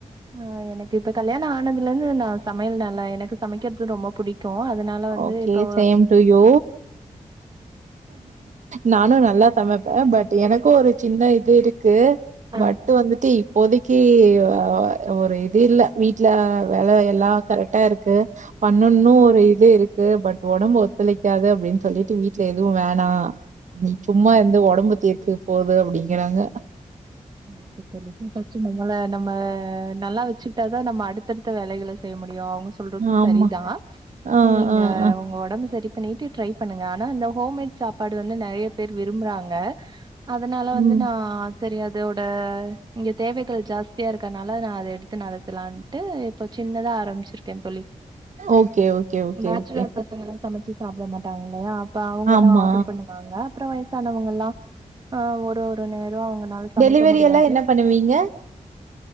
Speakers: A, on the right; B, on the right.
A: ஆ எனக்கு இப்ப கல்யாண ஆனதுல இருந்து நா சமையல் நல்ல எனக்கு சமைக்கிறது ரொம்பப் புடிக்கு அதனால வந்து
B: ஓகே.
A: இப்போ
B: சேம் டூ யூ. நானு நல்லா சமைப்பே ஃபட் எனக்கு ஒரு சின்ன இது இருக்கு
A: ஆ
B: ஃபட்டு வந்துட்டு இப் இப்போதைக்கி அ அ ஒரு இது இல்ல வீட்ல வேல எல்லா கரெக்டா இருக் கு பன்னன்னு
A: ம்
B: ஒரு இ து இருக்கு பட் ஒடம்பு ஒத்துழைக்காது அப்டின் சொல்லிட்டு வீட்ல எதுவு வேணா நீ
A: அப்டிங்களா
B: சும்மா இருந்து ஒடம்ப தேத்து போது அப்டிங்கறாங்க
A: ஓகே தோழி இப்ப நம்பள நம்ம நல்லா வெச்சுக்ட்டாதா நம்ம அடுத்தடுத்த வேலைகள செய்ய முடியு அவுங் சொல்றது
B: ஆமா.
A: சரிதா
B: ஆ,
A: நீங்க
B: ஆ, ஆ.
A: உங்க ஒடம்ப சரி ப்பன்னிட்டு ட்ரை பண்ணுங்க ஆனா இந்த ஹோம்மேட் சாப்பாடு வந்து நெறைய பேர் விரும்புறாங்க அதனால வந்து
B: ம்.
A: ஆ சரி அதோட இங்க தேவைகள் ஜாஸ்தியா இருக்கனால நா அத எடுத்து நடத்தலானு டு இப்ப சின்னதா ஆரம்பிச்சிருக்கே தோழி
B: okay, okay, okay,
A: Bachelor
B: okay.
A: பசங்கலா சமைச்சு சாப்ட மாட்டாங்கள்ளயா அப்ப அவங்கள்ளா
B: ஆமா.
A: ஆடர் பண்ணுவாங்க அப்ரோ வயசானவங்கல்லா ஆ ஒரு ஒருநேர அவங்கனால சமைக்க
B: டெலிவரி
A: முடியாது
B: எல்லாம் என்ன பண்ணுவீங்க?